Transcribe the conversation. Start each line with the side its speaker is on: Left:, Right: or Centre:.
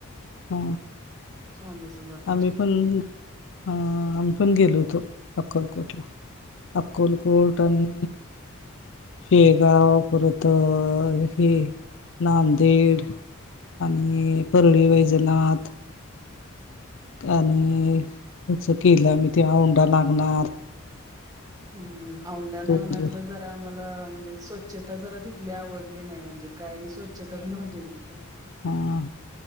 Left: हा
Right: स्वामी समर्थ
Left: आम्ही पण अं आम्ही पण गेलो होतो अक्कनकोटला अक्कलकोट आणि शेगांव परत, हे नांदेड आणि परळी-वैजनाथ. आणि ह्याचं केलं आम्ही ते औंढा-नागनाथ.
Right: हम्म औंढा-नागनाथला
Left: दोन दिवस
Right: जरा आम्हाला म्हणजे स्वच्छता जरा तिथली आवडली नाही म्हणजे काही स्वच्छताच नव्हती तिथं.
Left: हा